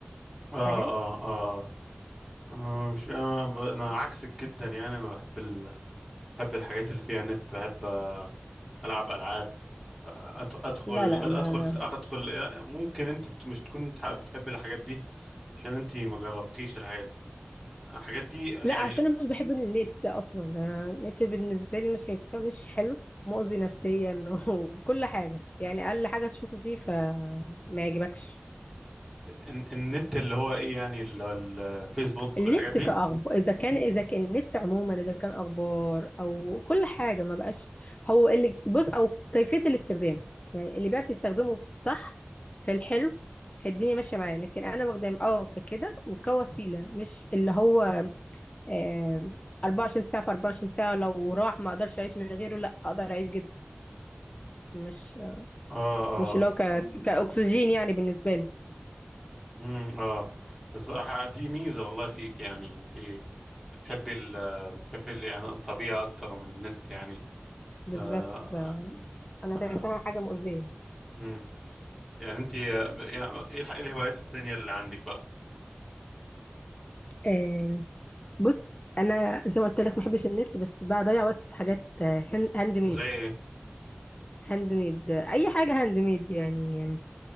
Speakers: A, in the centre; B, on the left.
A: آه
B: فاهم
A: آه آه آه آه، مش أنا ب- أنا عكسك جدا يعني أنا بحب ال... بحب الحاجات اللي فيها نت بحب آه، ألعب ألعاب أت- ادخل
B: لا لا
A: أد-
B: ما
A: ادخل في ادخل ممكن انت مش تكون بتح- بتحب الحاجات دي عشان انت ما جربتيش الحاجات دي الحاجات دي يعني
B: لا عشان انا مش بحب النت اصلا أنا النت بالنسبه لي انا شايفاه مش حلو مؤذي نفسيا <laughs> وكل حاجه يعني اقل حاجه تشوفه فيه فما يعجبكش
A: ال- النت اللي هو ايه يعني اللي هو الفيسبوك
B: النت
A: والحاجات دي
B: كأخبار إذا كان إذا كان النت عموما إذا كان أخبار أو كل حاجة ما بقاش هو اللي بص أو كيفية الاستخدام يعني اللي بيعرف يستخدمه في الصح في الحلو الدنيا ماشية معاه لكن أنا بخدم أه ككده وكوسيلة مش اللي هو آه، 24 ساعة في 24 ساعة لو راح ما اقدرش اعيش من غيره لا اقدر اعيش جدا مش
A: اه اه
B: مش اللي هو ك... كأكسجين يعني بالنسبة لي
A: امم اه بس دي ميزة والله فيك يعني انت بتحبي ال بتحبي ال- يعني الطبيعة اكتر من النت يعني
B: بالظبط
A: آه
B: ف... انا
A: آه
B: شايفاها حاجه مؤذيه
A: امم يعني انت يعني ايه الح- إيه الهوايات التانية اللي عندك بقى
B: آه بص انا زي ما قلت لك ما بحبش النت بس بضيع وقتي في حاجات آه، هن- هاند ميد
A: زي ايه
B: هاند ميد آه، اي حاجه هاند ميد يعني